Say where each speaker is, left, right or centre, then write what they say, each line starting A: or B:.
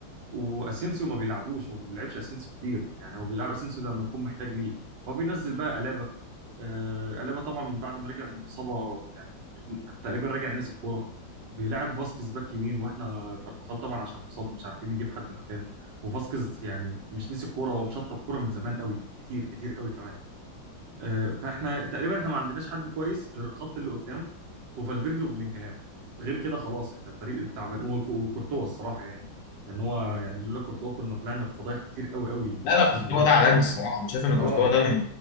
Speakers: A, on the right (about 70°); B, on the left (about 75°).
A: واسينسيو ما بيلعبوش هو ما بيلعبش اسينسيو كتير يعني هو بيلعب اسينسيو ده لما يكون محتاج ليه هو بينزل بقى قلابه آه، قلبها طبعا من بعد ما رجع من اصابه يعني تقريبا راجع ناسي الكوره بيلعب فاسكيز باك يمين واحنا كارفاخال طبعا عشان مصاب مش عارفين نجيب حد مكانه وفاسكيز يعني مش نسي الكوره هو مشطب كوره من زمان قوي من كتير كتير قوي كمان آه، فاحنا تقريبا احنا ما عندناش حد كويس غير الخط اللي قدام وفالفيردي وبلينجهام غير كده خلاص احنا الفريق تعبان وك- وكورتوا الصراحه يعني ان هو يعني لولا كورتوا كنا طلعنا بفضايح كتير قوي قوي
B: لا
A: السيزون
B: لا كورتوا
A: ده
B: ده عالمي الصراحه انا شايف ان
A: اه
B: كورتوا ده من